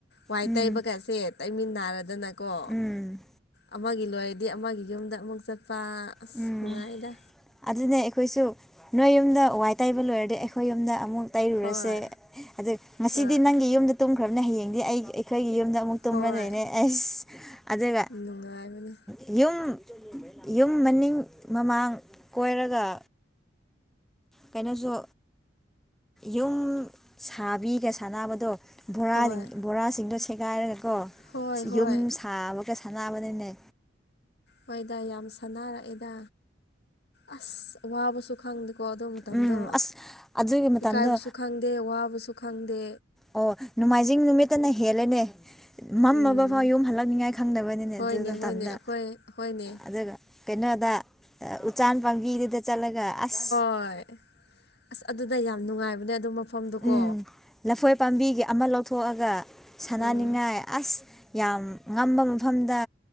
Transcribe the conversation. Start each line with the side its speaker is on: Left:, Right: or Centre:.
Left: ꯋꯥꯏ
Centre: ꯎꯝ
Left: ꯇꯩꯕꯒꯁꯦ ꯇꯩꯃꯤꯟꯅꯅꯥꯔꯗꯅ ꯀꯣ
Centre: ꯎꯝ
Left: ꯑꯃꯒꯤ ꯂꯣꯏꯔꯗꯤ ꯑꯃꯒꯤ ꯌꯨꯝꯗ ꯑꯃꯨꯛ ꯆꯠꯄ ꯑꯁ
Centre: ꯎꯝ
Left: ꯅꯨꯡꯉꯥꯏꯗ
Centre: ꯑꯗꯨꯅꯦ ꯑꯩꯈꯣꯏꯁꯨ ꯅꯣꯏ ꯌꯨꯝꯗ ꯋꯥꯏ ꯇꯩꯕ ꯂꯣꯏꯔꯗꯤ ꯑꯩꯈꯣꯏ ꯌꯨꯝꯗ ꯑꯃꯨꯛ ꯇꯩꯔꯨꯔꯁꯦ
Left: ꯍꯣꯏ
Centre: ꯑꯗꯨ ꯉꯁꯤꯗꯤ
Left: ꯍꯣꯏ
Centre: ꯅꯪꯒꯤ ꯌꯨꯝꯗ ꯇꯨꯝꯈ꯭ꯔꯅꯦ ꯍꯌꯦꯡꯗꯤ ꯑꯩ ꯑꯩꯒꯤ ꯌꯨꯝꯗ ꯑꯃꯨꯛ ꯇꯨꯝꯂ
Left: ꯍꯣꯏ
Centre: ꯗꯨꯏꯅꯦ ꯑꯁ ꯑꯗꯨꯒ
Left: ꯅꯨꯡꯉꯥꯏꯕꯅꯤ
Centre: ꯌꯨꯝ ꯌꯨꯝ ꯃꯅꯤꯡ ꯃꯃꯥꯡ ꯀꯣꯏꯔꯒ ꯀꯩꯅꯣꯁꯨ ꯌꯨꯝ ꯁꯥꯕꯤꯒ ꯁꯥꯟꯅꯕꯗꯣ ꯕꯣꯔꯥ
Left: ꯍꯣꯏ
Centre: ꯕꯣꯔꯥꯁꯤꯡꯗꯣ ꯁꯦꯒꯥꯏꯔꯒꯀꯣ
Left: ꯍꯣꯏ ꯍꯣꯏ
Centre: ꯌꯨꯝ ꯁꯥꯕꯒ ꯁꯥꯟꯅꯕꯅꯤꯅꯦ
Left: ꯍꯣꯏꯗ ꯌꯥꯝ ꯁꯥꯟꯅꯔꯛꯑꯦꯗ ꯑꯁ ꯋꯥꯕꯁꯨ ꯈꯪꯗꯦꯀꯣ ꯑꯗꯣ ꯃꯇꯝꯗꯣ
Centre: ꯎꯝ ꯑꯁ ꯑꯗꯨꯒꯤ ꯃꯇꯝꯗꯣ
Left: ꯏꯀꯥꯏꯕꯁꯨ ꯈꯪꯗꯦ ꯋꯥꯕꯁꯨ ꯈꯪꯗꯦ
Centre: ꯑꯣ ꯅꯣꯡꯃꯥꯏꯖꯤꯡ ꯅꯨꯃꯤꯠꯇꯅ ꯍꯦꯜꯂꯦꯅꯦ ꯃꯝꯃꯕ
Left: ꯎꯝ
Centre: ꯐꯥꯎ ꯌꯨꯝ ꯍꯜꯂꯛꯅꯤꯉꯥꯏ ꯈꯪꯗꯕꯅꯤꯅꯦ
Left: ꯍꯣꯏꯅꯦ
Centre: ꯑꯗꯨ ꯃꯇꯝꯗ
Left: ꯍꯣꯏꯅꯦ ꯑꯩꯈꯣꯏ ꯍꯣꯏꯅꯦ
Centre: ꯑꯗꯨꯒ ꯀꯩꯅꯣꯗ ꯎꯆꯥꯟ ꯄꯥꯝꯕꯤꯗꯨꯗ ꯆꯠꯂꯒ ꯑꯁ
Left: ꯍꯣꯏ ꯑꯁ ꯑꯗꯨꯗ ꯌꯥꯝ ꯅꯨꯡꯉꯥꯏꯕꯅꯦ ꯑꯗꯨ ꯃꯐꯝꯗꯨꯀꯣ
Centre: ꯎꯝ ꯂꯐꯣꯏ ꯄꯥꯝꯕꯤꯒꯤ ꯑꯃ ꯂꯧꯊꯣꯛꯑꯒ ꯁꯥꯟꯅꯅꯤꯡꯉꯥꯏ
Left: ꯎꯝ
Centre: ꯑꯁ ꯌꯥꯝ ꯉꯝꯕ ꯃꯐꯝꯗ